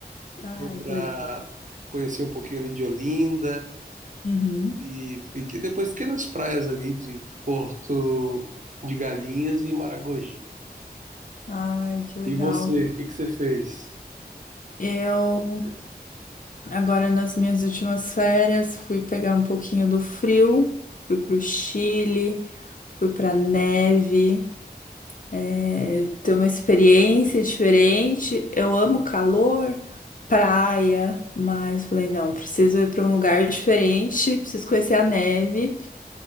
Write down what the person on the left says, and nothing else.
Ai,
que legal.
Uhum.
Ai, que legal.
Eu
Agora, nas minhas últimas férias, fui pegar um pouquinho do frio, fui pro Chile, fui pra neve, é, ter uma experiência diferente. Eu amo calor, praia, mas falei, não, preciso ir pra um lugar diferente, preciso conhecer a neve.